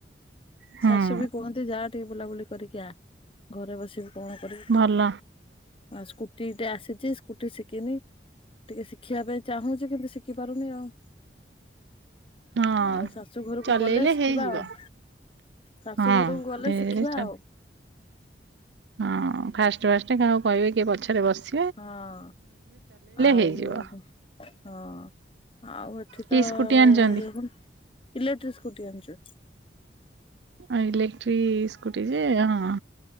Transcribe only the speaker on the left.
ଶାଶୁ ବି କୁହନ୍ତି ଯା ଟିକେ ବୁଲାବୁଲି କରିକି ଆ ଘରେ ବସିବୁ କଣ କରିବୁ
ଆଉ ସ୍କୁଟିଟେ ଆସିଛି ସ୍କୁଟି ଶିକିନି। ଟିକେ ଶିଖିଆ ପେଇଁ ଚାହୁଁଛି କିନ୍ତୁ ଶିଖି ପାରୁନି ଆଉ।
ଆଉ ଶାଶୁ ଘରୁକୁ
ଗଲେ ଶିକିବା
ଆଉ। ଶାଶୁ
ଘରୁକୁ ଗଲେ
ଶିଖିବା
ଆଉ।
ହଁ ଆଉ
ହଁ। ଆଉ ଏଠି
ତ
ଇଏ ଫୁଣି ଇଲେକ୍ଟ୍ରି ସ୍କୁଟି ଆଣିଚନ୍।